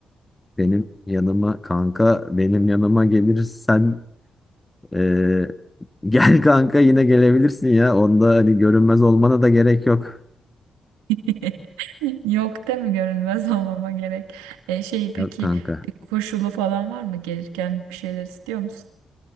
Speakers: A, on the left; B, on the right.
A: Benim yanıma kanka benim yanıma gelirsen Ee, <laughs> gel kanka yine gelebilirsin ya. Onda hani görünmez olmana da gerek yok.
B: <laughs> Yok değil mi görünmez olmama gerek. E şey peki
A: Yok kanka.
B: bir koşulu falan var mı gelirken bir şeyler istiyor musun?